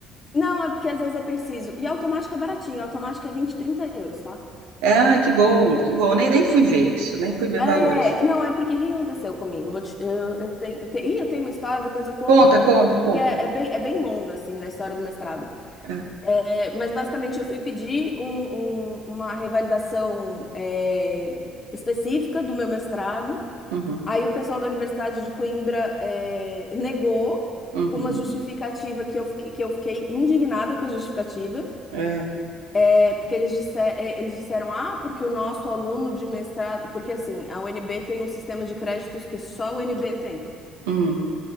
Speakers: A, on the left; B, on the right.
A: não, é porque às vezes é preciso. E a automática é baratinha, a automática é 20, 30 euros, tá?
B: Ah, que bom, que bom. Nem, nem fui
A: E-
B: ver isso, nem fui ver
A: É,
B: valores.
A: não, é porque o que aconteceu comigo? Eu, vou te- eu, eu tenho, te- ih, eu tenho uma história, depois eu conto,
B: Conta, conta,
A: porque
B: conta.
A: é, é bem, é bem longa, assim, da história do mestrado.
B: É,
A: É, mas basicamente eu fui pedir um- um- uma revalidação é, específica do meu mestrado.
B: uhum,
A: Aí o pessoal da Universidade de Coimbra é, negou
B: uhum,
A: com uma justificativa que eu, fiquei- que eu fiquei indignada com a justificativa.
B: é,
A: É, porque eles, disse- é, eles disseram, ah, porque o nosso aluno de mestrado. Porque assim, a UNB tem um sistema de créditos que só a UNB tem.
B: hum.